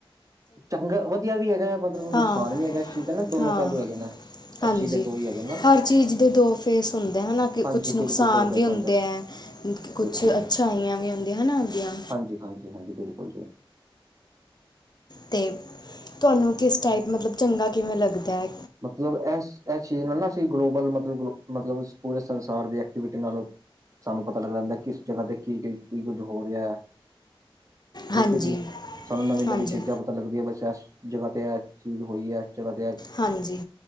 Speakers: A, on the right; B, on the left.
A: ਚੰਗਾ ਵਧੀਆ ਵੀ ਹੈਗਾ ਮਤਲਬ
B: ਹਾਂ
A: ਨੁਕਸਾਨ ਵੀ ਹੈਗਾ ਇਸ ਚੀਜ਼ ਦਾ ਨਾ ਦੋਨੋ
B: ਹਾਂ
A: ਪਹਿਲੂ ਹੈਗੇ ਨੇ।
B: ਹਾਂਜੀ,
A: ਇਸ ਚੀਜ਼ ਦੇ ਦੋ ਹੀ ਹੈਗੇ ਨਾ
B: ਹਰ ਚੀਜ਼ ਦੇ ਦੋ ਫੇਸ ਹੁੰਦੇ ਹੈਨਾ ਕਿ
A: ਹਾਂਜੀ
B: ਕੁਛ ਨੁਕਸਾਨ
A: ਬਿਲਕੁਲ ਦੋ ਫੇਸ
B: ਵੀ ਹੁੰਦੇ
A: ਨੇ
B: ਐ ਕ-ਕੁਛ
A: ਬਿਲਕੁਲ
B: ਅੱਛਾਈਆਂ
A: ਜੀ
B: ਵੀ ਆਂਦੀਆਂ ਹੈ ਨਾ ਉਦੀਆਂ।
A: ਹਾਂਜੀ ਹਾਂਜੀ ਹਾਂਜੀ ਬਿਲਕੁਲ ਜੀ।
B: ਤ ਤੁਹਾਨੂੰ ਕਿਸ ਟਾਈਪ ਮਤਲਬ ਚੰਗਾ ਕਿਵੇਂ ਲੱਗਦੈ?
A: ਮਤਲਬ ਇਸ ਇਸ ਚੀਜ਼ ਨਾਲ ਨਾ ਅਸੀਂ ਗਲੋਬਲ ਮਤਲਬ ਗਲੋ ਮਤਲਬ ਪੂਰੇ ਸੰਸਾਰ ਦੀ ਐਕਟੀਵਿਟੀ ਨਾਲੋਂ। ਸਾਨੂੰ ਪਤਾ ਲੱਗਦਾ ਰਦਾ ਕਿਸ ਜਗ੍ਹਾ ਤੇ ਕੀ ਕੀ ਕੁੱਝ ਹੋ ਰਿਹਾ। ਠੀਕ
B: ਹਾਂਜੀ
A: ਐ ਜੀ ਸਾਨੂੰ ਨਵੀਂ
B: ਹਾਂਜੀ
A: ਨਵੀਂ ਚੀਜ਼ਾਂ ਪ ਪਤਾ ਲੱਗਦੀ ਹੈ ਬਸ ਇਸ ਜਗਾ ਤੇ ਇਹ ਚੀਜ਼ ਹੋਈ ਹੈ ਇਸ ਜਗਾ ਤੇ
B: ਹਾਂਜੀ।